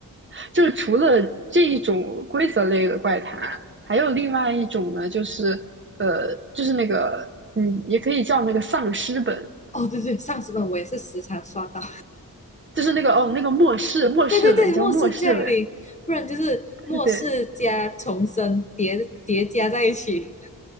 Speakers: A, on the right; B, on the left.
A: 就是除了这一种规则类的怪谈，还有另外一种呢，就是呃，就是那个嗯，也可以叫那个丧尸本，
B: 哦，对对，上次本我也是时常刷到，
A: 就是那个哦，那个末世末世文叫末世文，
B: <laughs> 对对对，末世降临，不然就是末世加重生叠叠加在一起，
A: 对对